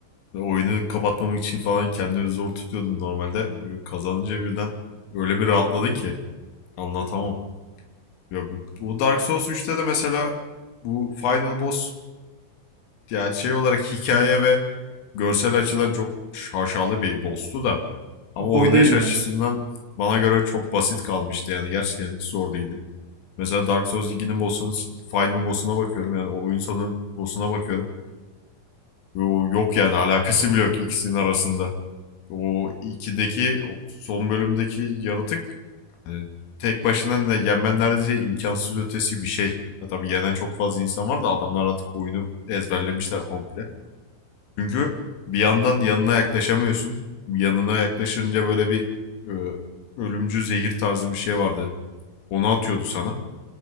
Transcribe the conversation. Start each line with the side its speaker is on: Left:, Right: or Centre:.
Left: Oyunu kapatmamak için falan kendini zor tutuyordun normalde. Böyle Kazanınca birden öyle bir rahatladın ki anlatamam. Ya bu, bu Dark Souls üçte de mesela bu Final Boss ya şey olarak hikaye ve görsel açıdan çok şaşalı bir boss'tu da ama oynayış
Right: Zor değildi
Left: açısından
Right: bence.
Left: bana göre çok basit kalmıştı yani gerçekten hiç zor değildi. Mesela Dark Souls 2'nin boss'unu final boss'una bakıyorum yani o oyun sonu boss'una bakıyorum. Ve o yok yani <laughs> alakası bile yok ikisinin arasında. O 2'deki o son bölümdeki yaratık tek başına ne, yenmen neredeyse imkansız ötesi bir şey. Ya tabii yenen çok fazla insan var da adamlar artık oyunu ezberlemişler komple. Çünkü bir yandan yanına yaklaşamıyorsun. Yanına yaklaşınca böyle bir e, ölümcül zehir tarzı bir şey vardı. Onu atıyordu sana.